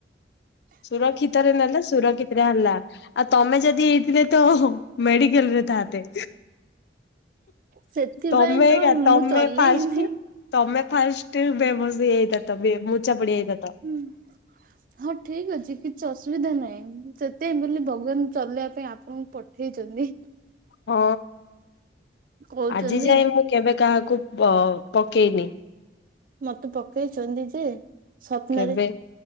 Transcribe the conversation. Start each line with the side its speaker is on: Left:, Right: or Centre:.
Right: ହ
Left: ସୁୁରକ୍ଷିତରେ ନେଲେ ସୁୁରକ୍ଷିତରେ ଆଣିଲା ଆଉ ତମେ ଯଦି ହେଇଥିଲେ ତ ମେଡ଼ିିକାଲ୍ ରେ ଥାନ୍ତେ
Right: ସେଥିପାଇଁ
Left: ତମେ
Right: ତ
Left: ଏକା
Right: ମୁଁ
Left: ତମେ
Right: ଚଲେଇନି
Left: ଫାଷ୍ଟ ତମେ ଫାଷ୍ଟେ ବେମସ ହେଇଯାଇଥାନ୍ତ ତ ମୂଚା ପାଡ଼ି ଯାଇଥାନ୍ତ
Right: ହୁଁ ହଁ ଠିକ୍ ଅଛି କିଛି ଅସୁବିଧା ନାହିଁ ସେଇଥି ପାଇଁ ବୋଲି ଭଗବାନ୍ ଚଲେଇବା ପାଇଁ ଆପଣଙ୍କୁ ପଠେଇଚନ୍ତି
Left: ହଁ
Right: କହୁଛନ୍ତି
Left: ଆଜି ଯାଏଁ ମୁଁ କେବେ କାହାକୁ ପକେଇନି
Right: ମତେ ପକେଇଚନ୍ତି ଯେ ସ୍ୱପ୍ନରେ
Left: କେବେ